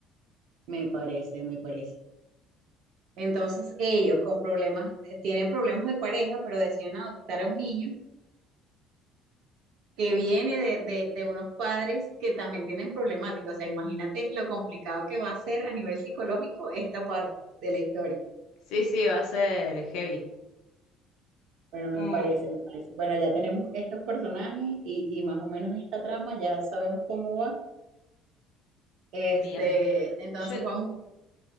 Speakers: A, on the right; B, on the left.
A: Me parece, me parece. Entonces ellos con problemas, eh, tienen problemas de pareja, pero deciden adoptar a un niño que viene de, de, de unos padres que también tienen problemáticas. O sea, imagínate lo complicado que va a ser a nivel psicológico esta parte de la historia.
B: Sí, sí, va a ser heavy.
A: Bueno, me
B: Mm,
A: parece, me parece. Bueno, ya tenemos estos personajes y, y más o menos esta trama, ya sabemos cómo va. Este,
B: Bien.
A: entonces
B: Yo,
A: vamos,